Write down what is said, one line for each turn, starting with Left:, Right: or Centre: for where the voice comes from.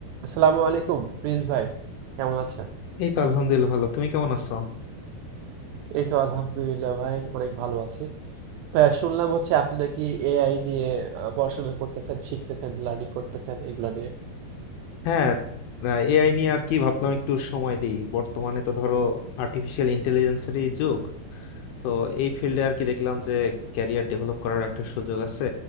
Right: আসসালামু আলাইকুম প্রিন্স ভাই কেমন আছেন
Left: এই তো আলহামদুলিল্লাহ ভালো তুমি কেমন আছো
Right: এই তো আলহামদুলিল্লাহ ভাই অনেক ভালো আছি ভাই শুনলাম হচ্ছে আপনি নাকি এআই নিয়ে আহ, পড়াশোনা করতেছেন শিখতেছেন লার্নিং করতেছেন এগুলো নিয়ে
Left: হ্যাঁ এআই নিয়ে আর কি ভাবলাম একটু সময় দিই বর্তমানে তো ধরো আর্টিফিশিয়াল ইন্টেলিজেন্সেরই যুগ তো এই ফিল্ডে আর কি দেখলাম যে ক্যারিয়ার ডেভেলপ করার একটা সুযোগ আছে